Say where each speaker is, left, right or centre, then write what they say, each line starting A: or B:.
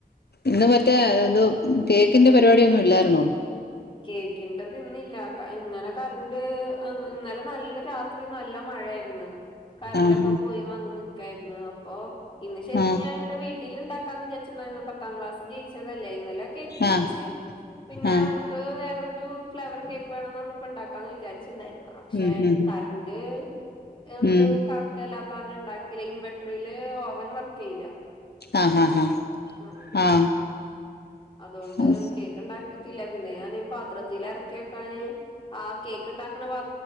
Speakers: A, on the left (about 75°); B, on the left (about 30°).
A: ഇന്ന് മറ്റേ ഇത് കേക്കിന്റെ പരിപാടിയൊന്നും ഇല്ലായിരുന്നോ
B: കേക്കിൻ്റെത് ഇന്നില്ല ഇങ്ങനെ കറൻ്റ് ഇന്നലെ നല്ല രാ ത്രി നല്ല മഴ ആയിരുന്നു കറൻ്റൊക്കെ
A: ആഹ്
B: പോയി വന്ന് നിക്കായിരുന്നു അപ്പൊ ഇന്ന് ശരിക്കും
A: ആഹ്
B: ഞാൻ ഇവിടെ വീട്ടിൽ ട്ടിൽ ഉണ്ടാക്കാന്ന് വിചാരിച്ച് ഇ പത്താം ക്ലാസ് ജയിച്ചതല്ലേ ഇന്നലെ കേക്ക് മുറിച്ച്
A: ആഹ്
B: പിന്നെ
A: ആഹ്
B: അവ ക്ക് വേറൊരു ഫ്ലവർ കേക്ക് വേണംന്ന് പറഞ്ഞപ്പോ ഉണ്ടാക്കാന്ന് വിചാരിച്ചുണ്ടായിരുന്നു പക്ഷെ
A: ഉം ഉം
B: കറന്റ് എന്ത്
A: ഉം
B: ല്ലാത്തവരു ഉണ്ടാക്കില്ല ഇൻവെർട്ടറില് ഓവൻ വർക്ക് ചെയ്യില്ല
A: ആഹ് ഹാ ഹാ
B: ആ
A: ആഹ്
B: അതുകൊണ്ട്
A: ആഹ്
B: കേക്ക് ഉണ്ടാക്കിട്ടില്ല പിന്നെ ഞാന് പാത്രത്തി ഇറക്കി വക്കാന് ആ കേക്ക് ഉണ്ടാക്കണ പാ